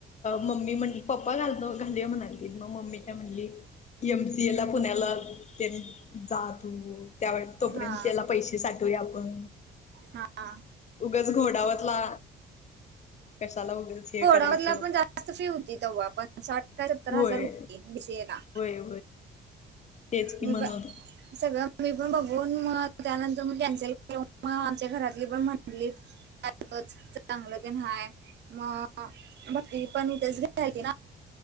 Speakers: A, on the left (about 35°); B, on the right (about 60°).
A: मम्मी म्हटली पपा घालतो- घाली म्हणाली मग मम्मी काय म्हणली एमसीए ला पुण्याला ते जातू त्यावेळे तोपर्यंत
B: हा
A: त्याला पैसे साठवू आपण
B: हा
A: उगच घोडावतला कशाला उगच- हे
B: घोडावतला
A: करायचं
B: पण जास्त फी होती तेव्हा पण साठ सत्तर
A: होय
B: हजार होती बीसीएला.
A: होय. तेच की
B: मिबा
A: म्हणून
B: सगळं मी पण बघून मग त्यानंतर मी कॅन्सल कर मग आमच्या घरातली पण म्हटली चांगलं ते नाय मग बघ त पण तेच घती ना.